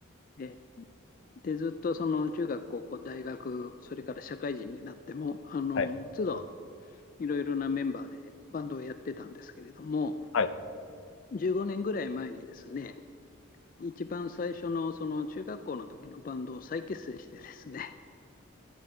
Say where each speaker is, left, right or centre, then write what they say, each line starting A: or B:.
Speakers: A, on the left (about 40°); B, on the left (about 75°).
A: ええで、ずっとその中学、高校、大学、それから社会人になっても、あのー都度
B: はい。
A: いろいろなメンバーでバンドをやってたんですけれども、
B: はい。
A: 15年ぐらい前にですね、一番最初のその中学校の時のバンドを再結成してですね、